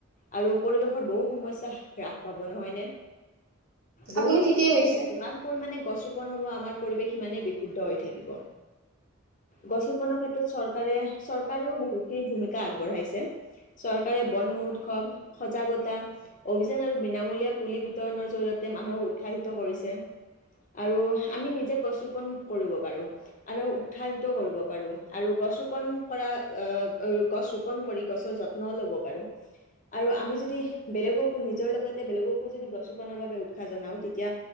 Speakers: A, on the left; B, on the right.
A: আৰু পৰিৱেশৰ বহু সমস্যা হ্ৰাস পাব, নহয়নে? বহুখিনি
B: আপুনি ঠিকেই কৈছে
A: যিমান পৰিমানে গছ ৰোপ পন হ'ব, আমাৰ পৰিৱেশ সিমানেই বিশুদ্ধ হৈ থাকিব। গছ ৰোপণৰ ক্ষেত্ৰত চৰ ৰকাৰে- চৰকাৰেও বহুত খিনি ভূমিকা আগবঢ়াইছে। চৰকাৰে বন মহোৎসৱ, সজাগতা, অভিযান আৰু বিনামূলীয়া পুলি বিতৰণৰ জৰিয়তে মানুহক উৎসাহিত কৰিছে। আৰু আমি নিজে গছ ৰোপন কৰিব পাৰোঁ। আমি উৎসাহিত কৰিব পাৰোঁ। আৰু গছ ৰোপন কৰা অ'- অ' গছ ৰোপন কৰি গছৰ যত্নও ল'ব পাৰোঁ। আৰু আমি যদি বেলেগকো- নিজৰ লগতে বেলেগকো যদি গছ ৰোপনৰ বাবে উৎসাহ জনাওঁ, তেতিয়া